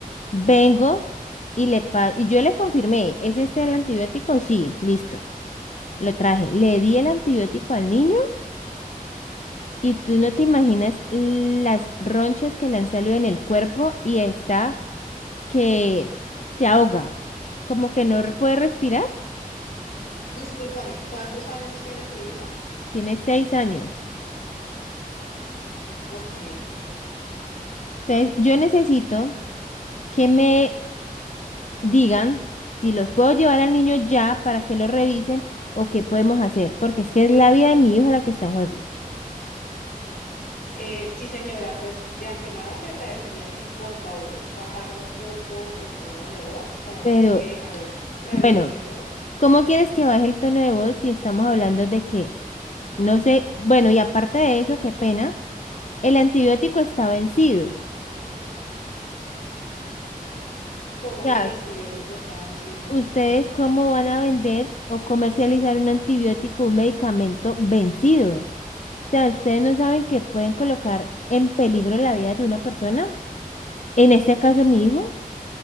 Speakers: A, on the left (about 50°); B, on the left (about 80°).
A: Vengo y le pa- y yo le confirmé, ¿es este el antibiótico? Sí, listo. Lo traje. Le di el antibiótico al niño y tú no te imaginas las ronchas que le han salido en el cuerpo y está que se ahoga, como que no re- puede respirar.
B: Discúlpame, ¿cuántos años tiene tu hijo?
A: Tiene seis años.
B: Ok.
A: Entonces, yo necesito que me digan si los puedo llevar al niño ya para que lo revisen o qué podemos hacer, porque es que es la vida de mi hijo la que está en juego.
B: Eh, sí, señora, pues de antemano le agradecería que por favor bajara un poco el tono de voz. La verdad
A: Pero
B: es que, a ver, revisemos
A: bueno. ¿Cómo quieres que baje el tono de voz si estamos hablando de que, no sé, bueno, y aparte de eso, qué pena, el antibiótico está vencido. O
B: cómo
A: sea,
B: que el antibiótico está vencido.
A: ¿ustedes cómo van a vender o comercializar un antibiótico, un medicamento vencido? O sea, ¿ustedes no saben que pueden colocar en peligro la vida de una persona? En este caso, mi hijo.